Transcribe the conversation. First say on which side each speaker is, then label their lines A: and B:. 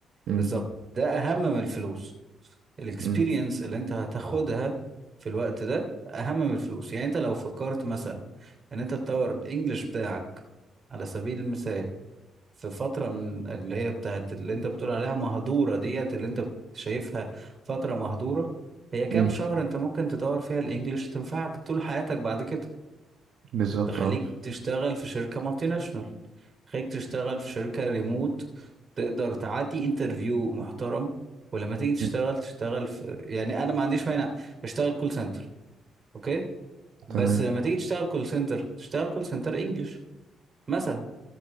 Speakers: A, on the right; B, on the right.
A: مم.
B: بالظبط ده اهم من الفلوس الاكسبيرينس
A: مم.
B: اللي انت هتاخدها في الوقت ده اهم من الفلوس يعني انت لو فكرت مثلا ان انت تطور الانجليش بتاعك على سبيل المثال في فترة من اللي هي بتاعت اللي انت بتقول عليها مهدورة ديت اللي انت شايفها فترة مهدورة هي كام
A: مم.
B: شهر انت ممكن تطور فيها الانجليش تنفعك طول حياتك بعد كده
A: بالظبط
B: تخليك
A: اه
B: تشتغل في شركة مالتي ناشونال تخليك تشتغل في شركة ريموت تقدر تعدي انترفيو محترم ولما تيجي تشتغل
A: مم.
B: تشتغل في يعني انا ما عنديش مانع اشتغل كول سنتر اوكي بس
A: تمام
B: لما تيجي تشتغل كول سنتر تشتغل كول سنتر انجلش مثلا